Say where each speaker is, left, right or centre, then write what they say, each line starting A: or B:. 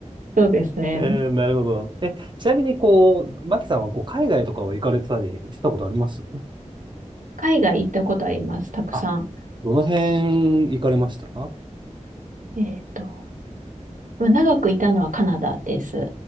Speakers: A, on the right; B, on the right.
A: そうですね。
B: えー、なるほど。え、ちなみに、こう、マキさんは、こう、海外とかは行かれてたりしたことあります
A: 海外行ったことあります、たくさん。
B: あ、どの辺行かれました
A: えっと、まあ長くいたのはカナダです。